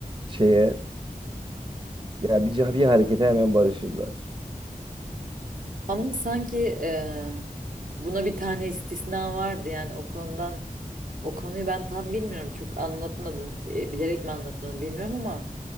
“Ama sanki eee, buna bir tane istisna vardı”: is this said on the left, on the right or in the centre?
Right